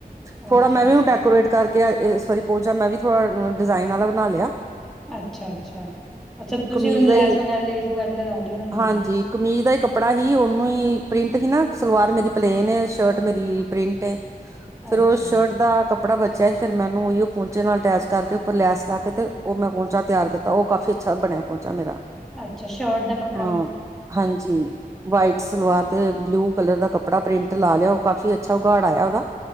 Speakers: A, in the centre; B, on the right.
A: ਅੱਛਾ
B: ਥੋੜਾ ਮੈਂ
A: ਅੱਛਾ
B: ਵੀ ਹੁਣ ਡੈਕੋਰੇਟ ਕਰਕੇ ਇਸ ਵਾਰੀ ਪੋੰਚਾ ਮੈਂ ਵੀ ਥੋੜ੍ਹਾ ਡਿਜ਼ਾਇਨ ਆਲਾ ਬਣਾ ਲਿਆ।
A: ਅੱਛਾ-ਅੱਛਾ, ਅੱਛਾ ਤੁਸੀਂ
B: ਕਮੀਜ਼
A: ਹੁਣ
B: ਦਾ
A: ਲੈਸ
B: ਹੀ
A: ਵਗੈਰਾ ਲੇਸ ਵਗੈਰਾ ਲਗਾ ਲਈ ਹੋਣੀ
B: ਹਾਂਜੀ।
A: ਹੈ
B: ਕਮੀਜ਼ ਦਾ ਹੀ ਕੱਪੜਾ ਹੀ, ਉਹਨੂੰ ਹੀ ਪ੍ਰਿੰਟ ਹੀ ਨਾ, ਸਲਵਾਰ ਮੇਰੀ ਪਲੇਨ ਏ, ਸ਼ਰਟ ਮੇਰੀ ਪ੍ਰਿੰਟ ਏ। ਫਿਰ
A: ਅੱਛਾ
B: ਉਸ ਸ਼ਰਟ ਦਾ ਕੱਪ ਕੱਪੜਾ ਬਚਿਆ ਹੀ, ਫਿਰ ''ਮੈ ਓਹਨੂੰ ਓਹੀ ਓ ਪੋਂਚੇ ਨਾਲ ਅਟੈਚ ਕਰਕੇ, ਉੱਪਰ ਲੈਸ ਲਾਕੇ ਤੇ ਉਹ ਮੈਂ ਪੋਂਚਾ ਤਿਆਰ ਤਾ ਉਹ ਕਾਫੀ ਅੱਛਾ ਬਣਿਆ ਪੌਂਚਾ ਮੇਰਾ।
A: ਅੱਛਾ, ਸ਼ਰਟ ਦਾ ਕੱਪ
B: ਹਾਂ, ਹਾਂਜੀ। ਵਾਈਟ ਸਲਵਾਰ
A: ਅੱਛਾ
B: ਤੇ, ਬਲਊ ਕਲਰ ਦਾ ਕੱਪੜਾ ਪ੍ਰਿੰਟ ਲਾ ਲਿਆ ਕਾਫੀ ਅੱਛਾ, ਉਗ੍ਹਾੜ ਆਇਆ ਉਹਦਾ।